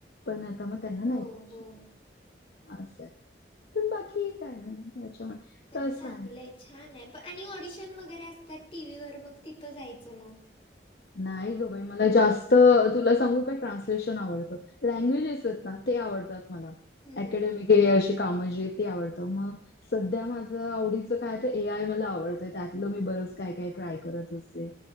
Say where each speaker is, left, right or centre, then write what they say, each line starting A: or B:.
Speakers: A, on the left (about 60°); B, on the left (about 30°).
A: पण आता मग त्यांना
B: हो
A: नाही पाहिजे.
B: हो
A: असं आहे पण बाकी काय नाही. त्याच्यामुळे
B: पण
A: तसं
B: चांगलं आहे. छान आहे प आणि ऑडिशन वगैरे असतात टीहीं वर मग तिथं जायचं मग.
A: नाही ग बाई मला जास्त तुला सांगू काय ट्रान्सलेशन आवडतं लँग्वेजेस आहेत ना ते आवडतात मला
B: हम्म
A: अकडेमिक हे अशी कामं जे ते आवडतं मग सध्या माझ आवडीचं काय तर ए आय मला आवडतंय त्यातलं मी बरंच काय काय ट्राय करत असते